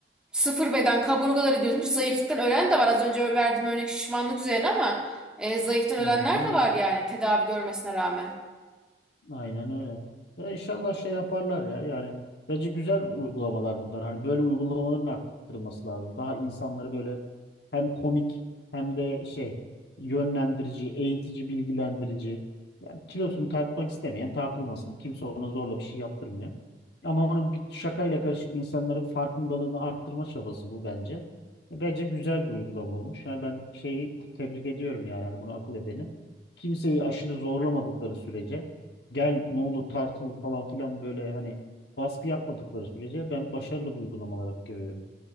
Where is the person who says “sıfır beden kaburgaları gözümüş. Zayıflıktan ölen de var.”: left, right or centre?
Centre